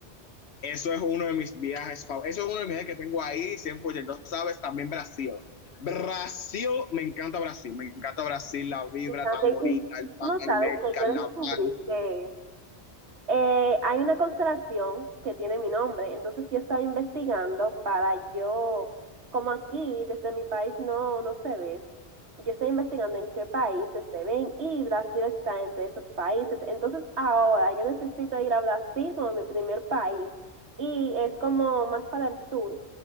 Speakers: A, on the left (about 75°); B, on the right (about 80°).
A: Eso es uno de mis viajes favoritos. Eso es uno de mis viajes que tengo ahí 100%. Sabes, también Brasil. Brasil, me encanta Brasil. Me encanta Brasil, la vibra
B: Y también,
A: tan bonita,
B: y
A: el baile,
B: tú no sabes que
A: el carnaval.
B: yo descubrí que eh, hay una constelación que tiene mi nombre, entonces yo estaba investigando para yo, como aquí desde mi país no, no se ve, yo estoy investigando en qué países se ven y Brasil está entre esos países, entonces ahora yo necesito ir a Brasil como mi primer país y es como más para el sur